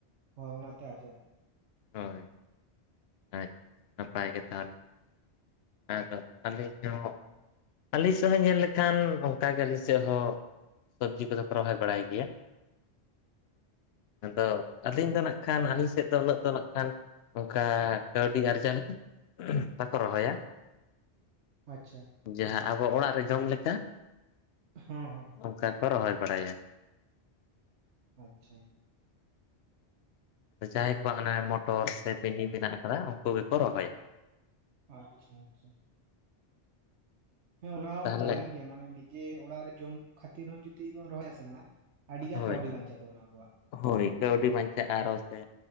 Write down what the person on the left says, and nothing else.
ᱦᱳᱭ ᱟᱪ ᱱᱟᱯᱟᱭ ᱜᱮ ᱛᱟᱦᱚᱞᱮ ᱾ ᱦᱮ ᱛᱚ ᱟᱹᱞᱤᱧ ᱦᱚᱸ, ᱟᱹᱞᱤᱧ ᱥᱮᱫ ᱦᱚᱸ ᱧᱮᱞ ᱞᱮᱠᱷᱟᱱ ᱚᱱᱠᱟᱜᱮ ᱟᱹᱞᱤᱧ ᱥᱮᱫ ᱦᱚᱸ ᱥᱚᱵᱡᱤ ᱠᱚᱫᱚ ᱠᱚ ᱨᱚᱦᱚᱭ ᱵᱟᱲᱟᱭ ᱜᱮᱭᱟ ᱟᱫᱚ ᱟᱹᱞᱤᱧ ᱫᱚ ᱱᱟᱜ ᱠᱷᱟᱱ ᱟᱹᱞᱤᱧ ᱥᱮᱫ ᱫᱚ ᱩᱱᱟᱹᱜ ᱫᱚ ᱱᱟᱜ ᱠᱷᱟᱱ ᱚᱱᱠᱟ ᱠᱟᱹᱣᱰᱤ ᱟᱨᱡᱟᱣ ᱞᱮᱠᱟ ᱫᱚ ᱵᱟᱠᱚ ᱨᱚᱦᱚᱭᱟ ᱾
ᱡᱟᱦᱟᱸ ᱟᱵᱚ ᱚᱲᱟᱜ ᱨᱮ ᱡᱚᱢ ᱞᱮᱠᱟ ᱾
ᱚᱱᱠᱟ ᱠᱚ ᱨᱚᱦᱚᱭ ᱵᱟᱲᱟᱭᱟ ᱾
ᱡᱟᱦᱟᱸᱭ ᱠᱚ ᱦᱟᱱᱟ ᱢᱚᱴᱚᱨ ᱥᱮ ᱵᱤᱱᱤ ᱢᱮᱱᱟᱜ ᱟᱠᱟᱫᱟ ᱩᱱᱠᱩ ᱜᱮᱠᱚ ᱨᱚᱦᱚᱭᱟ ᱾
ᱛᱟᱦᱚᱞᱮ
ᱦᱳᱭ
ᱦᱳᱭ ᱠᱟᱹᱣᱰᱤ ᱵᱟᱧᱪᱟᱜᱼᱟ ᱟᱨᱚ ᱥᱮ